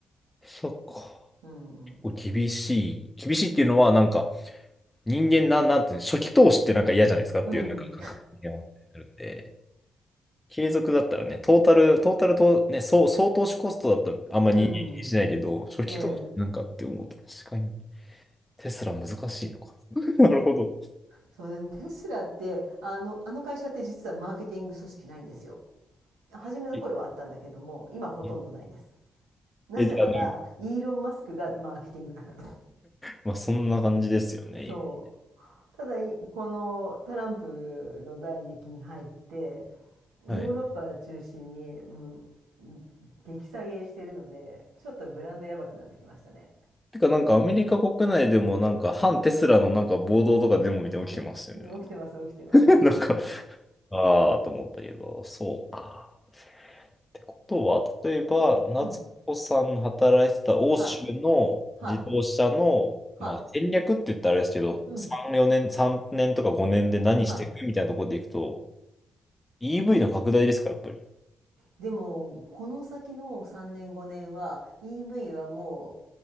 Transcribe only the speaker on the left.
そっか。
こう厳しい。厳しいっていうのは、なんか、人間な、なんていうの、初期投資ってなんか嫌じゃないですかっていう、
なんか感覚に思ってるんで、継続だったらね、トータル、トータルと、ね、総、総投資コストだとあんま人間気にしないけど、
初期投資なんかって思うと、
確かに、テスラ難しいのか。<laughs> なるほど。
え、
え
えじゃあ、
まあ、そんな感じですよね、
今。
はい。
てか、なんか、アメリカ国内でも、なんか、反テスラのなんか暴動とかデモみたいなの起きてましたよね。
なんか、<laughs> なんかあーと思ったけど、そうか。ってことは、例えば、夏子さんの働いてた欧州の自動車の、
まあ、戦略って言ったらあれですけど、
3、4年、3年とか5年で何していくみたいなところでいくと、
EV の拡大ですか、やっぱり。